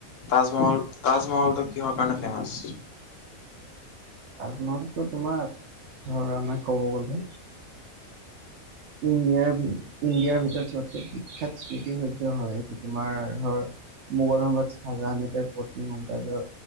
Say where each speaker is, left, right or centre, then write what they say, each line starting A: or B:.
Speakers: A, on the left (about 70°); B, on the right (about 65°).
A: তাজমহল তাজমহলটো কিহৰ কাৰণে ফেমাচ?
B: তাজমহলতো তোমাৰ, ধৰা আমাৰ ক'ব গলে। ইণ্ডিয়াৰ ভিত ইণ্ডিয়াৰ ভিতৰত চবতকে খ্যাত স্মৃতি সদ্য হয়, সেইটো তোমাৰ ধৰ মোগলৰ সমৰাত চাহজাহানেতে পত্নী মমতাজৰ,